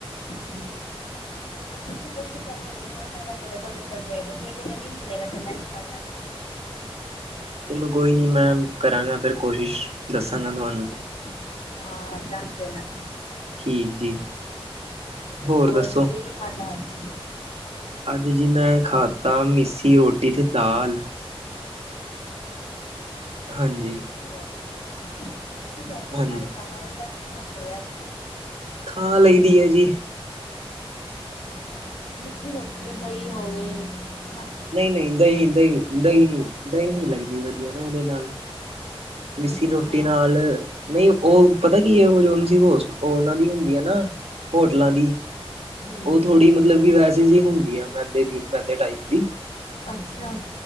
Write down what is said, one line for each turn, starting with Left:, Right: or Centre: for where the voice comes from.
Left: ਹਮ, ਤੁਸੀਂ ਕੋਸ਼ਿਸ਼ ਕਰਕੇ ਵੇਖ ਲਓ, ਮੈ ਤੁਹਾਡੇ ਕੋਲੋਂ ਨਿਕਲ ਜਾਏ ਤਾਂ ਠੀਕ ਏ, ਨਹੀਂ ਨਿਕਲੇਗਾ ਤਾਂ ਮੈ ਨਿਕਾਲਾਗੀ।
Right: ਚਲੋ, ਕੋਈ ਨੀ ਮੈਮ ਕਰਾਂਗਾ ਫਿਰ ਕੋਸ਼ਿਸ਼, ਦੱਸਾਂਗਾ ਤੁਵਾਨੂੰ।
Left: ਹਾਂ ਹਾਂ ਦੱਸ ਦੇਣਾ।
Right: ਠੀਕ ਜੀ। ਹੋਰ ਦੱਸੋ
Left: ਔਰ ਤੁਸੀਂ ਕੀ ਖਾਦਾ ਅੱਜ?
Right: ਅੱਜ ਜੀ, ਮੈਂ ਖਾਤਾ ਮਿਸੀ ਰੋਟੀ ਤੇ ਦਾਲ। ਹਾਂਜੀ।
Left: ਮਿਸੀ ਰੋਟੀ
Right: ਹਾਂਜੀ
Left: ਨਾਲ ਦਾਲ ਦਾ ਕੀ ਕੰਬੇਅਰ।
Right: ਖਾ ਲਈ ਦੀ ਐ ਜੀ।
Left: ਅੱਛਾ, ਮਿੱਸੀ ਰੋਟੀ ਨਾਲ ਦਹੀਂ ਹੋਵੇ ਮ
Right: ਨਹੀਂ-ਨਹੀਂ ਦਹੀਂ-ਦਹੀਂ, ਦਹੀਂ-ਦਹੀਂ ਨੀ ਲੱਗਦੀ ਵਧੀਆ ਨਾ ਉਹਦੇ ਨਾਲ ਮਿਸੀ
Left: ਅੱਛਾ
Right: ਰੋਟੀ ਨਾਲ ਨਹੀਂ, ਉਹ ਪਤਾ ਕੀ ਏ, ਉਹ ਜੋ ਐਮ ਸੀ ਉਹਨਾਂ ਦੀ ਹੁੰਦੀ ਐ ਨਾ, ਹੋਟਲਾਂ ਦੀ
Left: ਹਮ
Right: ਉਹ ਥੋੜ੍ਹੀ ਮਤਲਬ ਕੀ ਵੈਸੇ ਜੀ ਹੁੰਦੀ ਐ, ਮੈਦੇ ਦੀ ਮੈਦੇ ਟਾਈਪ ਦੀ।
Left: ਅੱਛਾ।